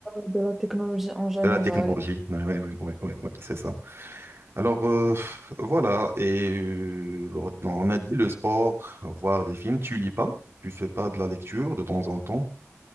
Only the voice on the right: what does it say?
De la technologie, oui, ouais, ouais, ouais, ouais, ouais, c'est ça. Alors, euh, voilà, et euh, lors- on a dit le sport, voir des films, tu lis pas, tu fais pas de la lecture de temps en temps,